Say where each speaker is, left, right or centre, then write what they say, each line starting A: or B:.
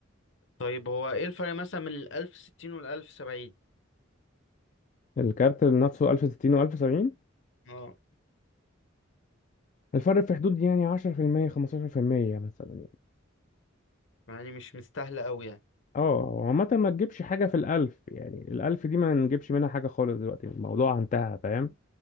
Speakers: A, on the left; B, on the left.
A: طيب هو ايه الفرق مثلا من ال 1060 وال 1070
B: الكارت نفسه 1060 و1070
A: اه
B: الفرق في حدود يعني 10% 15% مثلا يعني
A: يعني مش مستاهله قوي يعني
B: اه عامة ما تجيبش حاجة في الألف يعني الألف دي ما نجيبش منها حاجة خالص دلوقتي الموضوع انتهى فاهم